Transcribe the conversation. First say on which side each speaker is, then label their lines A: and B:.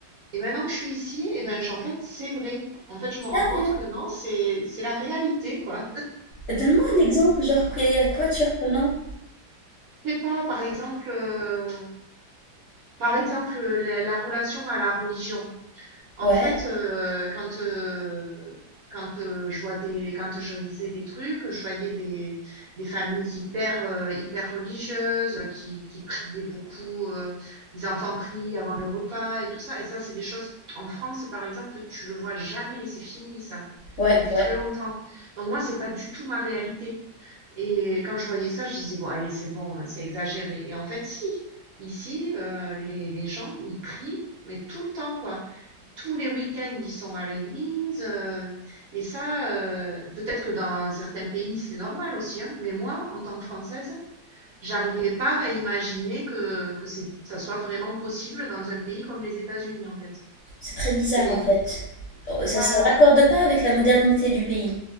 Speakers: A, on the right; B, on the left.
A: Et maintenant que je suis ici, eh ben j'- en fait c'est vrai. En fait, je me rends
B: Sérieux?
A: compte que non, c'est c'est la réalité quoi.
B: Donne-moi un exemple, genre, que- quoi de surprenant?
A: C'est pas par exemple euh, par exemple la, la relation à la religion. En
B: Ouais.
A: fait, heu, quand, heu, quand, heu, je vois des quand je lisais des trucs, je voyais des des familles hyper, heu, hyper religieuses, heu, qui qui priaient beaucoup, heu, les enfants prient avant le repas et tout ça et ça, c'est des choses en France, par exemple, tu le vois jamais, c'est fini ça,
B: Ouais,
A: depuis
B: ouais.
A: très longtemps. Donc moi, c'est pas du tout ma réalité. Et quand je voyais ça, je disais, bon, allez, c'est bon, hein, c'est exagéré. Et en fait, si, ici, euh, les, les gens, ils prient, mais tout le temps, quoi. Tous les week-ends, ils sont à l'église. euh, et ça, euh, peut-être que dans certains pays, c'est normal aussi, hein, mais moi, en tant que Française, j'arrivais pas à imaginer que, que c'est, ça soit vraiment possible dans un pays comme les États-Unis, en fait.
B: C'est très bizarre,
A: Et
B: en fait. Oh, Ça
A: voilà,
B: se raccorde pas avec la modernité du pays.